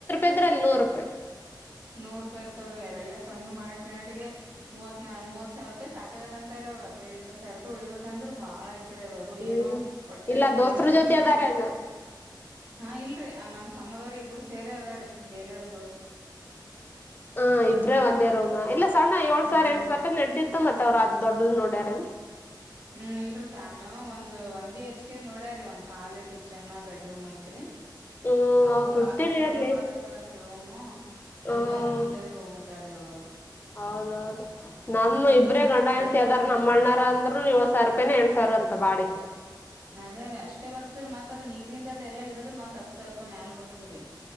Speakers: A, on the left; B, on the right.
A: ಇದ್ರಲ್ಲಿ, ನೂರು ರೂಪಾಯಿ? <inaudible>
B: ನೂರ್, ರೂಪಾಯಿ ಇರ್ತಾವ್ರಿ! ಅವೆಲ್ಲಾ ತಂದು, ಮಾಡುನಟ್ಟಿಗೆ. <inaudible> ಮೂವತ್, ನಲ್ ಮೂವತ್ ಸಾವಿರ ರೂಪಾಯಿ ಸಾಕಾಗಲ್ಲ ಅಂತಾರೆ, ಅವ್ರ ಹದಿನೈದುಪ್ಪತ್ ಸಾವಿರೂಪಾಯಿ, ಉಳಿಬೇಕು ಅಂದ್ರೆಬಲ್ಲಾ. <inaudible> ರಿ ಅದು ಅದು
A: ಹ್ಮ್
B: ಏನೋ ಒಟ್ಟೆ
A: ಇಲ್ಲ
B: ಇವ್ರ
A: ದೋಸ್ತ್ರ
B: ಏನು ಖರ್ಚು
A: ಜೊತೆ ಅದಾರೇನ
B: ಮಾಡರಿ? <inaudible> ಹಾ, ಇಲ್ರರಿ, ಆ ನಮ್ ತಮ್ಮದವ್ರ! ಇಬ್ರು ಸೇರೆ ಅದಾರಿ, ಬೇರೆಯವರು? <inaudible>
A: ಹ, ಇಬ್ರ, ಒಂದೇರೂಮ್, ಇಲ್ಲ ಸಣ್ಣ ಏಳ್.
B: ಹ್ಮ್
A: <inaudible> ಸರ್, ಇನು, ಸ್ವಲ್ಪ ನಡತಿತ್ತು! ಮತ್ ಅವರು ಅ ದೊಡ್ಡದು, ನೋಡಾರ? <inaudible>
B: ಹ್ಮ್, ಇಲ್ರರಿ ಫ್ಯಾಮು, ಒಂದ್ ಒನ್ ಬಿ ಹೆಚ್ ಕೆ ನೋಡ್ಯರಿ! ಒಂದು ಹಾಲ್, ಕಿಚನ್, ಬೆಡ್ರೂಮ್ ಐತ್ರಿ! <inaudible>
A: ಹ್ಮ್
B: ಅವು,
A: ಅವ್
B: ಬಾಳ,
A: ತುಟ್ಟಿರಿ
B: ಸಣ್ಣ, ಸಣ್ಣ,
A: ಅಲ್ಲಿ
B: ಕೊಡಾಕತ್ತರ, ಅಂತರಿ? <inaudible> ರೂಮು
A: ಹ್ಮ್
B: ಅಂಗಾಗಿ ಇಂತಹ ಬಿಟ್ಟವ್ರೆ ಅವ್ರು? <inaudible>
A: ಹೌದೌದು, ನಮ ಇಬ್ರೇ ಗಂಡ
B: ಹಂಗದು
A: ಅದರೆ, ನಮ್ಮಣ್ಣ. <inaudible> ಅಂದ್ರುೂ, ಏಳು, ಸಾವಿರಾ ರೂಪಾಯಿ, ಎಂಟು, ಸಾವರ ಅಂತ, ಬಾಡಿಗೆ? <inaudible>
B: ಅದೇ, ರೀ, ಅಷ್ಟೇ! ಬರ್ತ್ರಿ, ಮತ್ ಅದ್ ನೀರಿಂದದ್ಲ್ಲ! ಹಿಡಿದ್ರ ಮತ್ ಹತ್ ಸಾವಿರ ರೂಪಾಯಿ, ಮ್ಯಾಲ ಬರ್ತದ್ರೀ? <inaudible>